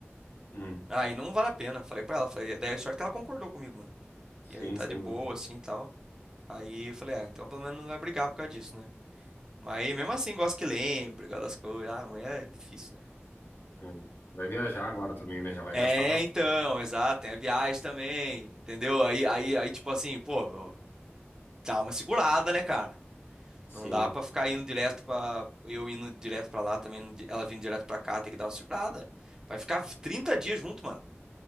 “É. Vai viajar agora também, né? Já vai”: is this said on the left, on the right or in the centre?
Left